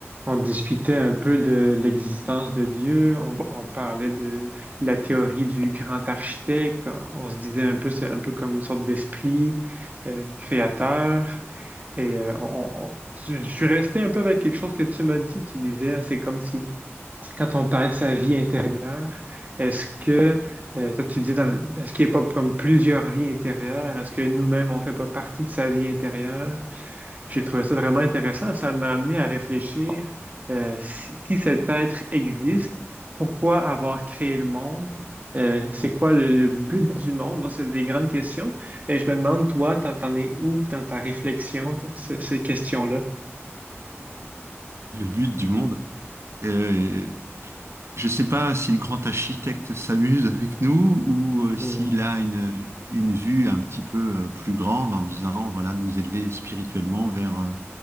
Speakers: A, on the right; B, on the right.
A: On discutait un peu de l'existence de Dieu, on, on parlait de la théorie du grand architecte, on se disait un peu, c'est un peu comme une sorte d'esprit euh, créateur. Et euh, on- on- je je suis resté un peu avec quelque chose que tu m'as dit, tu disais, hein, c'est comme si quand on parlait de sa vie intérieure, est-ce que, euh, toi tu dis, dans le- est-ce qu'il n'y a pas comme plusieurs vies intérieures? Est-ce que nous-mêmes, on ne fait pas partie de sa vie intérieure? J'ai trouvé ça vraiment intéressant. Ça m'a amené à réfléchir euh, si, si cet être existe, pourquoi avoir créé le monde? Euh, c'est quoi le, le but du monde? Donc, c'est des grandes questions. Et je me demande, toi, t'en, t'en es où dans ta réflexion sur ce- ces questions-là?
B: le but du monde. Euh, je sais pas si le grand architecte s'amuse avec nous ou euh, s'il
A: Hmm.
B: a une, une vue un petit peu euh, plus grande en disant, voilà, nous élever spirituellement vers, euh,